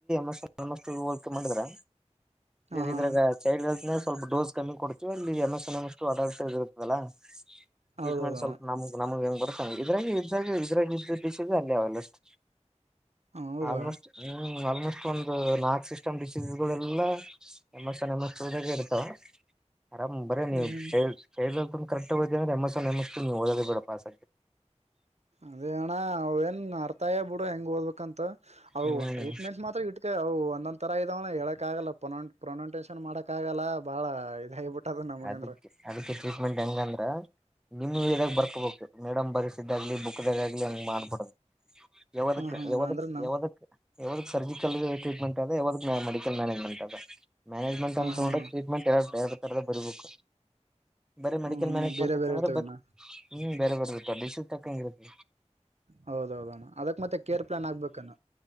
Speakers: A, in the centre; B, on the right.
A: ಹೆಲ್ತ್ ಹೋಲ್ಕೆ ಮಾಡಿದ
B: ಹಾ
A: ಇದ್ರಾಗ
B: ಹಾ
A: ಚೈಲ್ಡ್ ಹೆಲ್ತ್ ನ <unintelligible> ಸ್ವಲ್ಪ ಡೋಸ್ ಕಮ್ಮಿ ಕೊಡ್ತೀವಿ ಇಲ್ಲಿ ಎಲ್ಲ <unintelligible> ಸನಷ್ಟು ಅಡ ಇರುತ್ತದಲ್ಲ ಟ್ರೀಟ್ಮೆಂಟ್
B: ಹೌದೌದ
A: ಸ್ವಲ್ಪ
B: ಅಣ್ಣ
A: ನಮ್ಗ್ ನಮಗೆ ಹೆಂಗ್ ಬರ್ಸಂಗ ಇದ್ರಾಗಿ ಇದಾಗ ಇದ್ರಾಗ <unintelligible> ಿಸ ಅಲ್ಲಿ ಅವಲ್ಲಷ್ಟು
B: ಹೌದಾ
A: ಆಲ್ಮೋಸ್ಟ್ ಹ್ಮ್ ಆಲ್ಮೋಸ್ಟ್ ಒಂದ್ ನಾಕ್ ಸ್ <unintelligible> ಡಿಸೀ ಗಳೆಲ್ಲ ನಮ್ಮಸ್ ನಮ್ಮಸ್ಾಗ ಇರ್ತಾವ ಆರಾಮ್ ಬರೀ
B: ಹ್ಮ್
A: ನೀವ್
B: ಹ್ಮ್
A: ಚೈಲ್ಡ್ ಚೈಲ್ಡ್ ಕರೆಕ್ಟ್ ಓದ್ರೆ ಅಂದ್ರೆ ಎಮ್ ಎಸ್ನ್ ಎಮ್ ಎಸ್ ನೀವು ಓದದೆ ಬೇಡ ಪಾಸ್ ಆಗ್ತೀಯ
B: ಅದೇ ಅಣ್ಣ ಅವೇನ್ ಅರ್ತಾಯ ಬಿಡು ಹೆಂಗ್ ಓದ್ಬೇಕಂತ ಅವು
A: ಹ್ಮ್
B: ಟ್ರೀಟ್ಮೆಂಟ್ ಮಾತ್ರ ಇಟ್ಕ ಅವು ಒಂದೊಂದ್ ತರ ಇದವ್ ಹೇಳಕ್ ಆಗಲ್ಲ ಪೋನಂಟ್ ಪ್ರೊನಂಟೇಷನ್ ಮಾಡಕ ಆಗಲ್ಲ ಎಲ್ಲಾ ಬಾಳ ಇದಾಗಿಬಿಟ್ಟದ ನಮಗಂದ್ರ
A: ಅದಕ್ಕೆ ಅದಕ್ಕೆ ಟ್ರೀಟ್ಮೆಂಟ್ ಹೆಂಗಂದ್ರ <unintelligible> ನಿಮ ಇದಾಗ ಬರ್ಕೋಬೇಕು ಮೇಡಮ್ ಬರ್ಸಿದ್ದಾಗ್ಲಿ ಬುಕ್ದಾಗಾಗ್ಲಿ ಹಂಗ್ ಮಾಡ್ಬಿಡು ಯವದಕ್
B: ಹ್ಮ್ ಹ್ಮ್
A: ಯವದಕ್
B: ಅಂದ್ರೆ ನಾವ್
A: ಯವದಕ್ ಯಾವಾಗ ಸರ್ಜಿಕಲ್ ಟ್ರೀಟ್ಮೆಂಟ್ ಅದೆ ಯಾವಾಗ ಮೆಡಿಕಲ್ ಮ್ಯಾನೇಜ್ಮೆಂಟ್ ಅದೆ ಮ್ಯಾನೇಜ್ಮೆಂಟ್
B: ಹ್ಮ್
A: ಅಂತ <unintelligible>
B: ಹ್ಮ್
A: ನೋೊಂಡ್ರೆ
B: ಹ್ಮ್
A: ಟ್ರೀಟ್ಮೆಂಟ್ ಎಲ್ಲಾರೇ್ರ ತಥರದ ಬರ್ಬೇಕು ಬರೇ ಮೆಡಿಕಲ್
B: ಹ್ಮ್ ಹ್ಮ್
A: ಮ್ಯಾನಂತಂದ್ರೆ
B: ಬೇರೆ ಬೇರೆ ಇರ್ತವೇನ
A: ಬ ಹ್ಮ್ ಬೇರೆ ಬರ್ತ್ತ ಬಿಸಿ ತಕ್ಕಂಗಿರತ್
B: ಹೌದೌದು ಅಣ್ಣ ಅದಕ್ ಮತ್ತೆ ಕೇರ್ ಪ್ಲಾನ್ ಆಗ್ಬೇಕಾನ